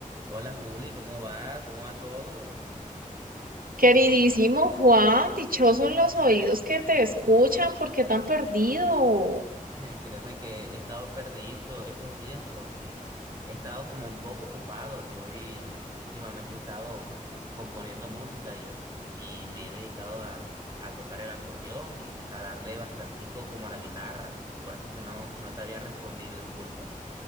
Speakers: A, on the right; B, on the right.
A: Hola Juli, ¿cómo va? ¿Cómo va todo?
B: Queridísimo Juan, dichosos los oídos que te escuchan, ¿por qué tan perdido?
A: <laughs> Créeme que he estado perdido estos días porque he estado como un poco ocupado. Estoy, últimamente he estado componiendo música y, y me he dedicado a, a tocar el acordeón y a darle bastantico como a la guitarra. Por eso es que no, no te había respondido, disculpa.